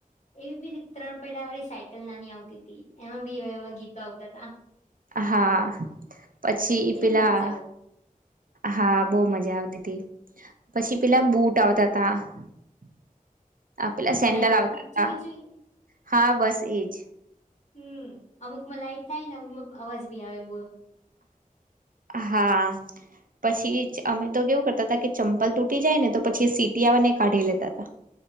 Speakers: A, on the left; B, on the right.
A: એવી બી ત્રણ પૈડા વાળી સાયકલ નાની આવતી હતી એમાં બી એવા એવા ગીતો આવતા હતા
B: હા પછી
A: કેટલી
B: પેલા
A: મજા આવતી
B: હા બહુ મજા આવતી હતીી પછી પેલા બુટ આવતા હતા પેલા સેન્ડલ
A: લાઈટ
B: આવતા હતા
A: ચુઈ ચુઈ
B: હા બસ એજ
A: હમ અમુકમાં લાઈટ થાય ને અમુક અવાજ ભી આવે બ
B: હા પછી અમે તો કેવું કરતા હતા કે ચંપલ તૂટી જાય ને તો પછી સીટી આવવાને કાઢી લેતા હતા